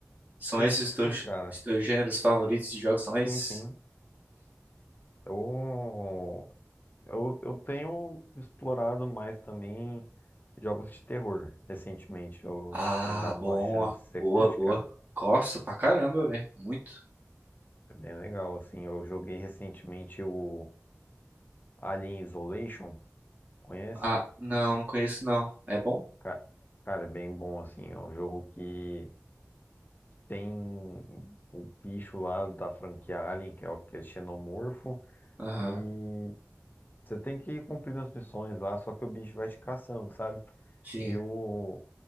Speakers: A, on the right (about 30°); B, on the left (about 35°).
A: São
B: Acredito
A: esses os
B: que
A: teus,
B: sim, cara.
A: os teus gêneros favoritos de jogos? São esses?
B: Sim, sim. Eu, eu, eu tenho explorado mais também jogos de terror recentemente. Eu
A: Ah,
B: tenho dado
A: bom,
B: uma chance. Você
A: boa,
B: curte,
A: boa.
B: cara?
A: Gosto pra caramba, velho. Muito.
B: É bem legal, assim. Eu joguei recentemente o Alien Isolation. Conhece?
A: Ah, não, não conheço não. É bom?
B: Ca- Cara, é bem bom, assim. É um jogo que Tem o bicho lá da franquia Alien, que é o- que é xenomorfo,
A: Aham,
B: e você tem que ir cumprindo as missões lá, só que o bicho vai te caçando, sabe?
A: sim.
B: E o,